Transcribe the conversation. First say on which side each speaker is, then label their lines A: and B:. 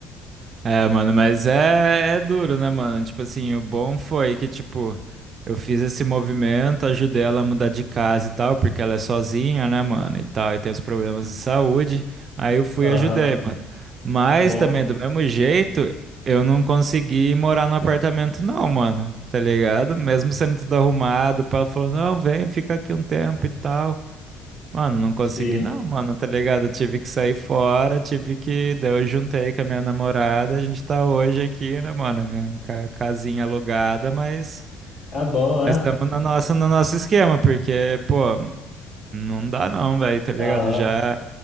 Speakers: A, on the right; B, on the left.
A: É, mano, mas é, é duro, né, mano? Tipo assim, o bom foi que, tipo, eu fiz esse movimento, ajudei ela a mudar de casa e tal, porque ela é sozinha, né, mano, e tal, e tem os problemas de saúde. Aí eu fui
B: Aham,
A: e ajudei, mano. Mas
B: bom,
A: também, do mesmo jeito, eu não consegui morar no apartamento, não, mano, tá ligado? Mesmo sendo tudo arrumado, o pai falou, não, vem, fica aqui um tempo e tal. Mano, não consegui
B: sim.
A: não, mano, tá ligado? Eu Tive que sair fora, tive que. Daí eu juntei com a minha namorada, a gente tá hoje aqui, né, mano? ca- Casinha alugada, mas
B: É bom, é?
A: mas estamos na nossa, no nosso esquema, porque, pô, não dá não, velho, tá ligado?
B: Aham,
A: Já.